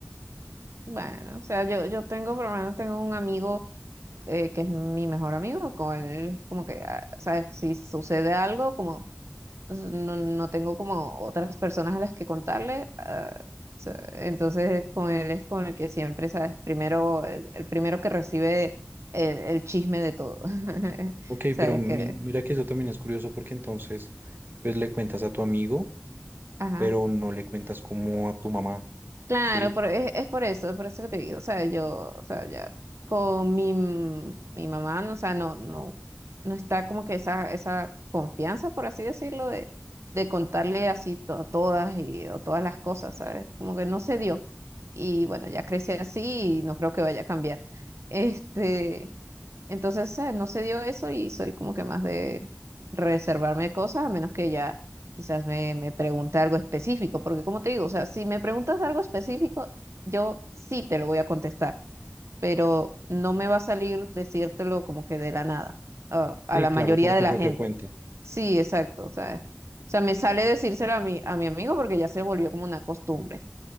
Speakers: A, on the right (about 70°); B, on the right (about 45°).
A: Bueno, o sea, yo, yo tengo, por lo menos tengo un amigo eh, que es mi mejor amigo, con él, como que, ah, ¿sabes? Si sucede algo, como s- no, no tengo como otras personas a las que contarle, ah, o sea, entonces con él es con el que siempre, ¿sabes? Primero, el, el primero que recibe el, el chisme de todo. <laughs>
B: Ok,
A: ¿Sabes?
B: pero mi-
A: Que,
B: mira que eso también es curioso porque entonces, pues le cuentas a tu amigo,
A: ajá.
B: pero no le cuentas como a tu mamá,
A: Claro,
B: ¿sí?
A: por- es, es por eso, es por eso que te digo, o sea, yo, o sea, ya con mi, m- mi mamá, no, o sea, no, no, no está como que esa, esa confianza, por así decirlo, de, de contarle así to- todas y o todas las cosas, ¿sabes? Como que no se dio. Y bueno, ya crecí así y no creo que vaya a cambiar. Este, entonces, eh, no se dio eso y soy como que más de reservarme cosas, a menos que ya quizás me, me pregunte algo específico, porque como te digo, o sea, si me preguntas de algo específico, yo sí te lo voy a contestar, pero no me va a salir decírtelo como que de la nada, a, a
B: Sí,
A: la
B: claro,
A: mayoría
B: por tu
A: de la
B: propia
A: gente.
B: cuenta.
A: Sí, exacto, o sea, o sea, me sale decírselo a mi, a mi amigo porque ya se volvió como una costumbre.